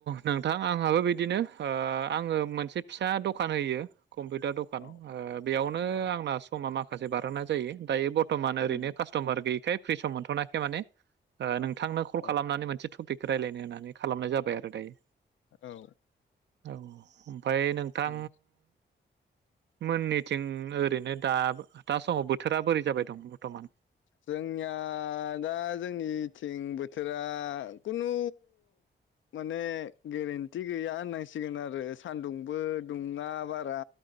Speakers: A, on the right; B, on the left.
A: नोंथां आंहाबो बिदिनो ओ आङो मोनसे फिसा द'खान होयो। कम्पिउटार दखान
B: औ
A: ओ बेयावनो
B: औ
A: आंना समा मा माखासे बारोनाय जायो, दायो बर्थमान ओरैनो
B: उम
A: कास्टमार गैयैखाय फ्रि सम मोनथ'नायखाय माने ओ नों थांनो कल
B: औ
A: खालामनानै मोनसे टपिक रायलायनो होननानै खालामनाय जाबाय आरो दायो
B: औ
A: औ ओमफाय नोंथां
B: उम
A: मोननिथिं ओरैनो दा दा समाव बोथोरा बोरै जाबाय दं बरथमान?
B: जोंनिया दा जोंनिथिं बोथोरा खुनु माने गेरेन्टि गैया होननांसिगोन आरो सानदुंबो दुङा बारा